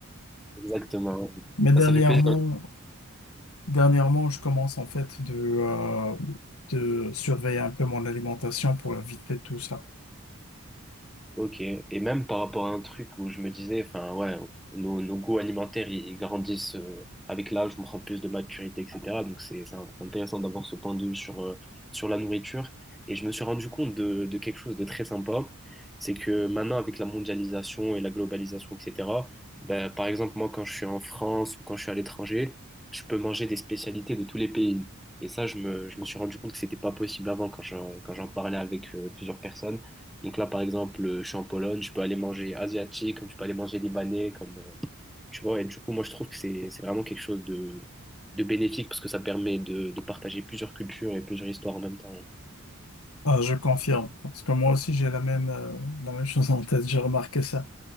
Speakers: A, in the centre; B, on the left.
A: Exactement.
B: <laughs> Mais dernièrement,
A: Bah, ça fait plaisir.
B: Dernièrement, je commence en fait de, euh, de surveiller un peu mon alimentation pour éviter tout ça.
A: Ok, et même par rapport à un truc où je me disais, enfin ouais, nos, nos goûts alimentaires, ils grandissent euh, avec l'âge, on prend plus de maturité, etc. Donc c'est c'est un- c'est intéressant d'avoir ce point de vue sur, euh, sur la nourriture. Et je me suis rendu compte de, de quelque chose de très sympa, c'est que maintenant avec la mondialisation et la globalisation, etc., ben, par exemple moi quand je suis en France ou quand je suis à l'étranger, je peux manger des spécialités de tous les pays. Et ça, je me, je me suis rendu compte que c'était pas possible avant quand je- quand j'en parlais avec euh, plusieurs personnes. Donc là, par exemple, euh, je suis en Pologne, je peux aller manger asiatique, comme je peux aller manger libanais, comme, euh, tu vois. Et du coup, moi, je trouve que c'est, c'est vraiment quelque chose de, de bénéfique parce que ça permet de, de partager plusieurs cultures et plusieurs histoires en même temps.
B: Ah, je confirme, parce que moi aussi j'ai la même, euh, la même chose en tête, j'ai remarqué ça.